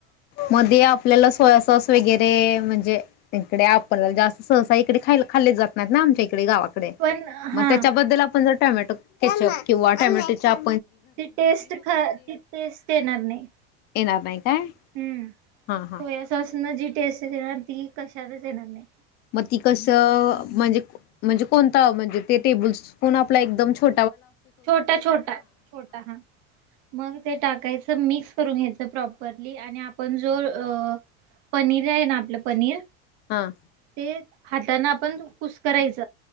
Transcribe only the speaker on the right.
पण हा
ती टेस्ट ख ती टेस्ट येणार नाही.
हुं, सोया
सॉस न जी टेस्ट येणार ती कशालाच येणार नाही.
छोटा छोटा छोटा हा मग ते टाकायचं मिक्स करून घ्यायचं प्रॉपरली आणि आपण जो अ पनीर आहे ना आपलं पनीर
ते हाताना आपण कुसकरायच